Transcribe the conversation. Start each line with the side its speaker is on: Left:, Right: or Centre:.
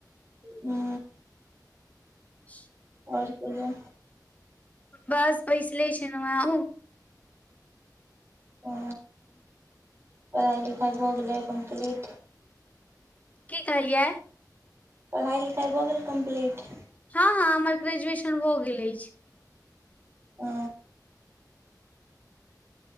Right: हू
Left: <inaudible>
Right: आओर कहियो
Left: बस बैसले छलौ है अहु
Right: ओ पढ़ाइ लिखाइ भऽ गेलै कम्प्लीट?
Left: की कहलियै
Right: पढ़ाइ लिखाइ भऽ गेल कम्प्लीट
Left: हँ हँ हमर ग्रेजुएशन भऽ गेल अछि
Right: ओ